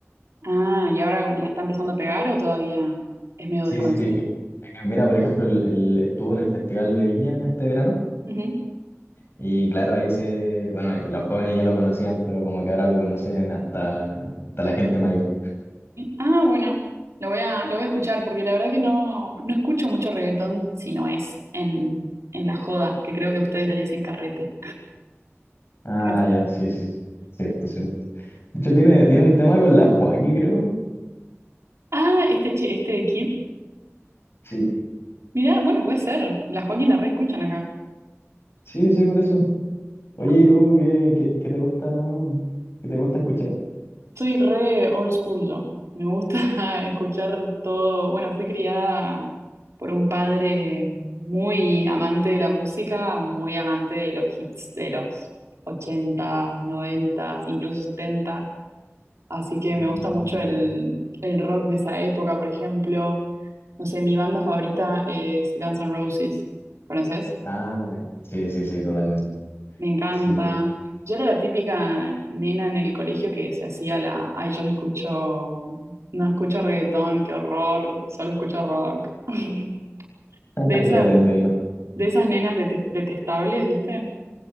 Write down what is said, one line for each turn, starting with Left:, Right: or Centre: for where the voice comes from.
Right: Ah, ¿y ahora la está empezando a pegar o todavía es medio
Left: Sí,
Right: desconocido?
Left: sí, sí. que- que mira, por ejemplo, el, el- estuvo en el Festival de Viña este verano
Right: Ujú.
Left: y claro, ahí se, bueno, y los jóvenes ya lo conocían, pero como que ahora lo conocen hasta, hasta la gente mayor.
Right: Ah, bueno, lo voy a, lo voy a escuchar porque la verdad que no, no escucho mucho reggaetón si no es en, en la joda, que creo que ustedes le dicen carrete.
Left: Ah,
Right: Puede ser.
Left: ya, sí, sí, sí. cierto, cierto. De hecho, tiene, tiene un tema con la Joaquí, creo.
Right: Ah, este, chi- este kid.
Left: Sí.
Right: Mirá, bueno, puede ser. La Joaquín la re escuchan acá.
Left: Sí, sí, por eso.
Right: La-
Left: Oye, ¿y tú qué, qué, qué te gusta, qué te gusta escuchar?
Right: Soy re old school yo. Me gusta <laughs> escuchar todo. Bueno, fui criada por un padre muy amante de la música, muy amante de los hits de los 80, 90, incluso 70. Así que
Left: Mm.
Right: me gusta mucho el, el rock de esa época, por ejemplo. No sé, mi banda favorita es Guns N' Roses. ¿Conoces?
Left: Ah, sí, sí, sí, totalmente.
Right: Me Sí. encanta.
Left: Sí,
Right: Yo era la típica nena en el colegio que se hacía la, ay, yo no escucho, no escucho reggaetón, qué horror, solo escucho rock. <laughs>
Left: <laughs>
Right: De esas,
Left: ya te entiendo.
Right: de esas nenas dete- detestables, ¿viste?